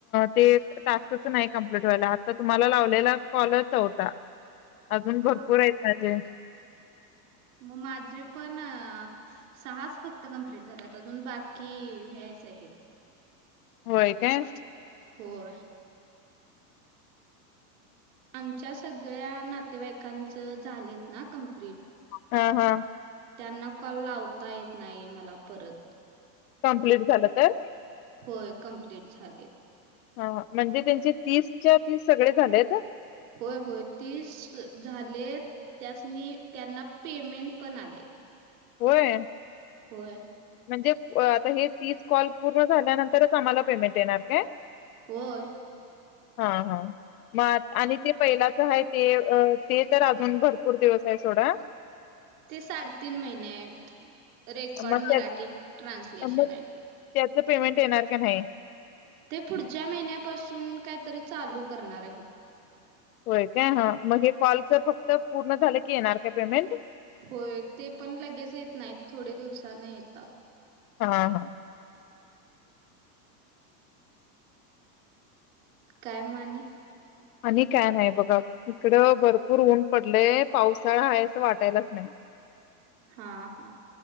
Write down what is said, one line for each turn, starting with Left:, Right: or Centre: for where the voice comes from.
Left: ते टास्कच नाही कंप्लीट व्हायला आता तुम्हाला लाव. ला कॉलच होता अजून
Right: हा
Left: भरपूर आहेत माझे
Right: मग माझे पण सहाच फक्त कंप्लीट झाल्या अजून बाकी व्यायच आहेत.
Left: होय काय.
Right: होय. आमच्या सगळ्या नातेवाईकांचं झालेत ना कम्प्लीट.
Left: हा हा.
Right: त्यांना कॉल लावता येत नाही मला परत.
Left: कम्प्लीट झालं तर?
Right: होय, कंप्लीट झालेत.
Left: हा हा, म्हणजे त्यांचे तीसच्या तीस सगळे झालेत.
Right: होय होय, तीस झाले. त्यासनी, त्यांना पेमेंट पण आले.
Left: होय.
Right: होय.
Left: म्हणजे आता हे तीस कॉल पूर्ण झाल्यानंतरच आम्हाला पेमेंट येणार काय?
Right: होय.
Left: हा हा. मग आणि ते पहिलाच आहे ते ते, तर अजून भरपूर दिवस आहे सोडा.
Right: ते साडेतीन महिने आहेत. रेकॉर्ड
Left: मग
Right: मराठी
Left: त्या
Right: ट्रान्सलेशन
Left: मग
Right: आहे ते.
Left: त्याच पेमेंट येणार की नाही?
Right: ते पुढच्या महिन्यापासून, काहीतरी चालू करणार आहेत.
Left: होय काय? हं. मग हे कॉलचं फक्त पूर्ण झालं की, येणार काय पेमेंट?
Right: होय, ते पण लगेच येत नाहीत. थोडे दिवसानं येतात.
Left: हा हा.
Right: काय म आणि?
Left: आणि काय नाही बघा. इकडं भरपूर ऊन पडलंय, पावसाळा आहे असं वाटायलाच नाही.
Right: हा हा हा.